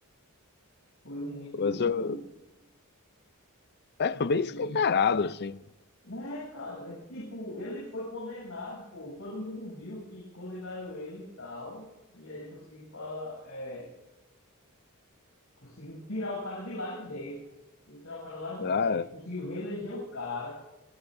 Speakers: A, on the left; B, on the left.
A: Foi muito,
B: mas eu. É,
A: muito.
B: foi bem escancarado, assim.
A: Né, cara? Tipo, ele foi condenado, pô. Todo mundo viu que condenaram ele e tal. E aí ele conseguiu falar, é, conseguiu tirar o cara de lá de dentro, pô. Conseguiu Tirar o cara lá de
B: Ah,
A: dentro, conseguiu reeleger o cara.